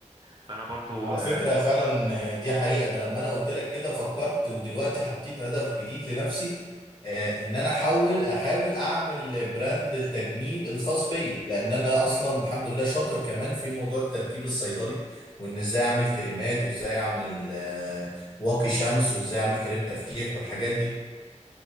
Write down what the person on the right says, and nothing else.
فانا برضو
آه،